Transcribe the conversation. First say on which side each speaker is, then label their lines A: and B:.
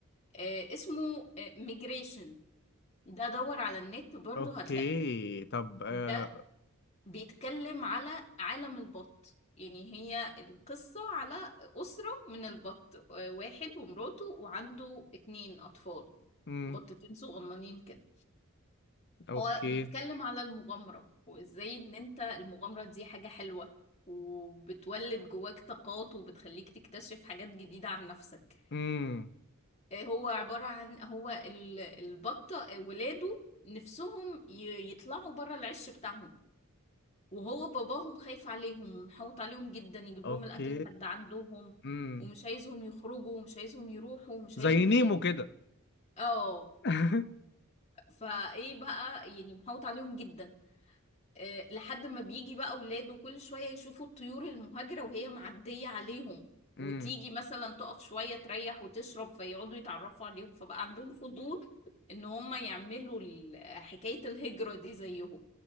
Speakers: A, on the left; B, on the left.
A: آه اسمه ميجريشن ده دور على النت برضه
B: اوكي
A: هتلاقيه
B: طب آه.
A: ده بيتكلم على عالم البط يعني هي القصة على أسرة من البط آه، واحد ومراته وعنده اتنين أطفال
B: امم
A: بطتين صغننين كده
B: اوكي
A: هو بيتكلم على المغامرة وإزاي إن أنت المغامرة دي حاجة حلوة وبتولد جواك طاقات وبتخليك تكتشف حاجات جديدة عن نفسك
B: امم
A: آه، هو عبارة عن هو ال- البطة آه، ولاده نفسهم ي- يطلعوا بره العش بتاعهم وهو باباهم خايف عليهم ومحوط عليهم جدا يجيب
B: اوكي
A: لهم الاكل لحد عندهم
B: امم
A: ومش عايزهم يخرجوا ومش عايزهم يروحوا ومش
B: زي
A: عايزهم
B: نيمو
A: ي...
B: كده
A: اه
B: <laughs>
A: فايه بقى يعني محوط عليهم جدا أه لحد ما بيجي بقى اولاده كل شوية يشوفوا الطيور المهاجرة وهي معدية عليهم وتيجي
B: امم
A: مثلا تقف شوية تريح وتشرب فيقعدوا يتعرفوا عليهم فبقى عندهم فضول ان هم يعملوا ال- حكاية الهجرة دي زيهم